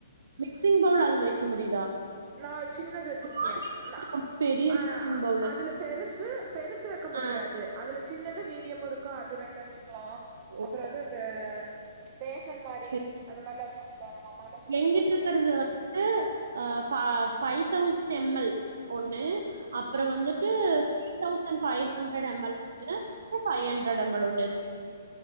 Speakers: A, on the right; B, on the right.
A: மிக்சி்ங் பவுல் அதுல வெக்க முடி
B: நா சின்னது வச்சிருக்கேன்
A: வாங்கிருக்கிறது
B: நா
A: ரொம்ப பெரிய
B: அ
A: மிக்சிங் பவுலு
B: அதுல பெருசு பெருசு வெக்க முடியாது
A: ஆ
B: அதுல சின்னது மீடியமு இருக்கும் அது ரெண்டு வெச்சுக்கலா
A: ஓ
B: அப்புறோ வந்து இந்த பேசன் மாரி
A: சரி
B: அந்த மாரிலாம் இருக்கும்ல நம்ம அம்மாலா குடுத்துருப்பாங்கல்ல
A: எங்கிட்ட இருக்கிறது வந்துட்டு ஆ ஃப ஃபைவ் தௌசண்ட் எம்எல் ஒன்னு அப்றோ வந்துட்டு three thousand five hundred ML ஒன்னு ஃபை ஹண்ட்ரட் எம்எல் ஒன்னு இருக்கு